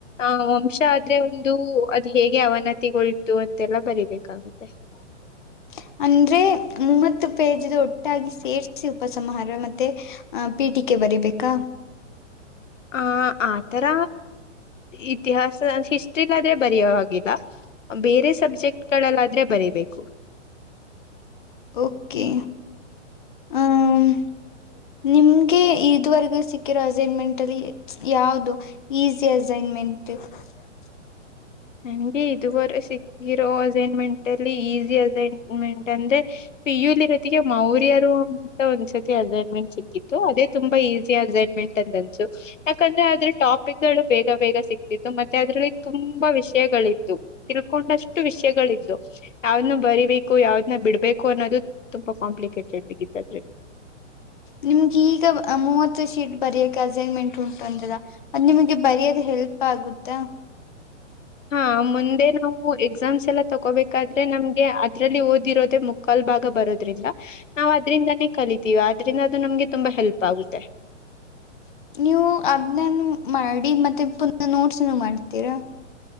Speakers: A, on the left (about 80°); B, on the left (about 40°).
A: ಆ ವಂಶ ಆದ್ರೆ ಒಂದು ಅದು ಹೇಗೆ ಅವನತಿಗೊಳ್ತು ಅಂತೆಲ್ಲಾ ಬರಿಬೇಕಾಗುತ್ತೆ
B: <unintelligible> ಅಂದ್ರೆ ಮೂವತ್ತು ಪೇಜ್ದು ಒಟ್ಟಾಗಿ ಸೇರಿಸಿ ಉಪಸಂಹಾರ ಮತ್ತೆ ಪೀಟಿಕೆ ಬರಿಬೇಕಾ
A: ಆ ಆತರ ಇತಿಹಾಸ ಹಿಸ್ಟ್ರಿ ಅದ್ರೆ ಬರಿಯೋ ಹಾಗಿಲ್ಲ ಬೇರೆ ಸಬ್ಜೆಕ್ಟ್ ಗಳಲ್ಲಾದ್ರೆ ಬರಿಬೇಕು
B: ಓಕೆ
A: ಹ್ಮ್
B: ಹ್ಮ್ ನಿಮ್ಗೆ ಇದುವರೆಗೂ ಸಿಕ್ಕಿರೋ ಅಸೈನ್ ಮೆಂಟ್ ಅಲ್ಲಿ ಯಾವುದು ಈಜಿ ಅಸೈನ್ ಮೆಂಟ್ ತ್ತೆ <unintelligible>
A: ನಂಗೆ ಇದುವರೆ ಸಿಕ್ಕಿರೋ ಅಸೈನ್ ಮೆಂಟ್ ಅಲ್ಲಿ ಈಸಿ ಅಸೈನ್ ಮೆಂಟ್ ಅಂದ್ರೆ ಪಿಯು ಲಿ ಜೊತಿಗೆ ಮೌರ್ಯರು ಅಂತ ಒಂದ್ಸತಿ ಅಸೈನ್ಮೆಂಟ್ ಸಿಕ್ಕಿತ್ತು ಅದೇ ತುಂಬಾ ಈಸಿ ಅಸೈನ್ಮೆಂಟ್ ಅಂತಂದ್ರ್ ಟ್ಸ್ ಯಾಕಂದ್ರೆ ಅದ್ರ ಟಾಪಿಕ್ ಗಳು ಬೇಗ ಬೇಗ ಸಿಕ್ತಿತ್ತು ಮತ್ತೆ ಅದ್ರಲ್ಲಿ ತುಂಬಾ ವಿಷ ಯಗಳಿತ್ತು ತಿಳ್ಕೊಂಡಷ್ಟು ವಿಷಯಗಳಿದ್ದು ಯಾವ್ನ ಬರಿಬೇಕು ಯಾವದನ್ ಬಿಡ್ಬೇಕು ಅನ್ನೋದು ತುಂಬಾ ಕಾಂಪ್ಲಿಕೇಟೆಡ್ ನೀವು ಇದ್ದಾಗಲ್ಲೆ
B: ನಿಮ್ಗ ಈಗ ಮೂವತ್ತು ಶೀಟ್ ಬರಕ್ ಅಸೈನ್ಮೆಂಟ್ ಉಂಟು ಅಂದಿಲ್ಲ ನಿಮಗೆ ಬರಿಯೋದು ಹೆಲ್ಪ್ ಆಗುತ್ತಾ
A: ಹಾ ಮುಂದೆ ನಾವು ಎಕ್ಸಾಮ್ಸ್ ಎಲ್ಲಾ ತಗೋಬೇಕಾದ್ರೆ ನಮಗೆ ಅದ್ರಲ್ಲಿ ಓದಿರೋದೆ ಮುಕ್ಕಾಲ್ ಭಾಗ ಬರೋದ್ರಿಂದ ನಾವು ಅದ್ರಿಂದಾನೇ ಕಲಿತೀವಿ ಆದ್ರಿಂದ ಅದು ನಮ್ಗೆ ತುಂಬಾ ಹೆಲ್ಪ್ ಆಗುತ್ತೆ.
B: ಹ <unintelligible> ನೀವು ಅದನ್ನನ್ನು ಮಾಡಿ ಮತ್ತೆ ಪುನಃ ನೋಟ್ಸನು ಮಾಡ್ತೀರಾ.